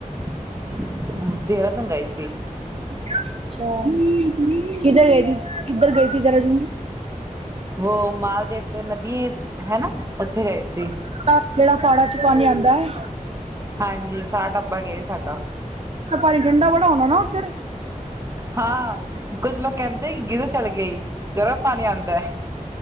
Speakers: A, on the right; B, on the right.
A: <unintelligible> ਸੀ
B: ਅੱਛਾ ਕਿੱਧਰ ਗਏ ਸੀ ਕਿੱਧਰ ਗਏ ਸੀ <unintelligible>
A: ਉਹ ਮਾਲਦੇਵ ਤੇ ਨਦੀ ਹਨਾ ਉੱਥੇ ਗਏ ਸੀ
B: <unintelligible> ਜਿਹੜਾ ਪਾੜਾਂ ਚੋਂ ਪਾਣੀ ਆਉਂਦਾ ਐ
A: ਹਾਂਜੀ ਸਾਰਾ ਟੱਬਰ ਗਏ ਸਾਡਾ
B: ਪਾਣੀ ਠੰਡਾ ਬੜਾ ਹੋਣਾ ਨਾ ਉੱਧਰ
A: ਹਾਂ ਕੁੱਝ ਲੋਕ ਕਹਿੰਦੇ ਕਿ ਗੀਜ਼ਰ ਚੱਲ ਗਿਆਏ ਹੀ ਗਰਮ ਪਾਣੀ ਆਉਂਦਾ